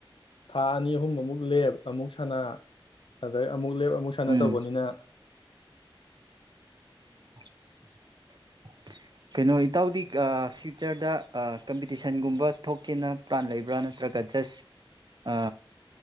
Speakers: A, on the left (about 65°); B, on the right (about 50°).
A: ꯊꯥ ꯑꯅꯤ ꯑꯍꯨꯝ ꯑꯃꯨꯛ ꯂꯦꯞ ꯑꯃꯨꯛ ꯁꯅꯥ ꯑꯗꯩ ꯑꯃꯨꯛ ꯂꯦꯞ ꯑꯃꯨꯛ ꯁꯥꯟꯅ
B: ꯎꯝ
A: ꯇꯧꯕꯅꯤꯅ
B: <unintelligible> ꯀꯩꯅꯣ ꯏꯇꯥꯎꯗꯤ ꯐ꯭ꯌꯨꯆꯔꯗ ꯀꯝꯄꯤꯇꯤꯁꯟꯒꯨꯝꯕ ꯊꯣꯛꯀꯦꯅ ꯄ꯭ꯂꯥꯟ ꯂꯩꯕ꯭ꯔꯥ ꯅꯠꯇ꯭ꯔꯒ ꯖꯁ